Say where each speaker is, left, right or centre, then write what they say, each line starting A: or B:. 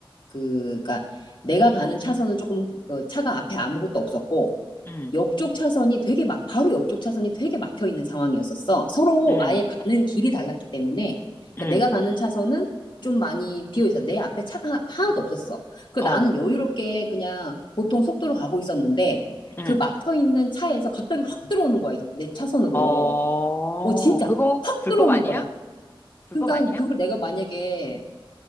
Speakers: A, on the left (about 60°); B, on the left (about 25°).
A: 그, 그니까 내가 가는 차선은 조금 그 차가 앞에 아무것도 없었고,
B: 응,
A: 옆쪽 차선이 되게 막, 바로 옆쪽 차선이 되게 막혀 있는 상황이었었어. 서로
B: 응,
A: 아예 가는 길이 달랐기 때문에. 그러니까
B: 응,
A: 내가 가는 차선은 좀 많이 비어 있어. 내 앞에 차가 하나도 없었어. 그
B: 어,
A: 나는 여유롭게 그냥 보통 속도로 가고 있었는데
B: 응,
A: 그 막혀 있는 차에서 갑자기 확 들어오는 거야. 이- 내 차선으로.
B: 어,
A: 어, 진짜
B: 그거
A: 확
B: 불법
A: 들어오는
B: 아니야?
A: 거야.
B: 불법
A: 그러니까
B: 아니야?
A: 그걸 내가 만약에